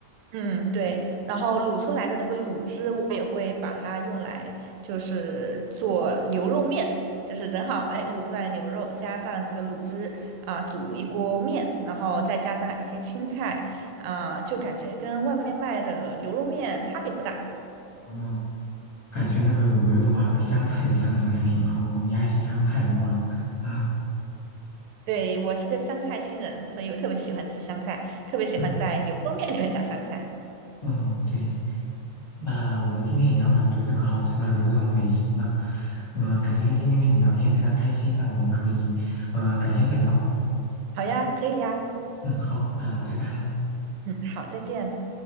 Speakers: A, on the right (about 80°); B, on the left (about 60°).
A: 嗯，对，然后卤出来的那个卤汁，我也会把它用来就是做牛肉面，就是正好哎卤出来的牛肉加上这个卤汁啊，煮一锅面，然后再加上一些青菜啊，就感觉跟外面卖的牛肉面差别不大。
B: 哦感觉那个卤牛肉的话和香菜的香型还挺好的。你爱吃香菜的话，啊，
A: 对，我是个香菜新人，所以我特别喜欢吃香菜，特别喜欢在牛肉面里面加香菜。
B: 嗯嗯，对。那我们今天也聊了很多这个好吃的牛肉美食呢，嗯，感觉今天跟你聊天也非常开心。那我们可以，呃，改天再聊。
A: 好呀，可以呀，
B: 嗯，好，那拜拜。
A: 嗯，好，再见。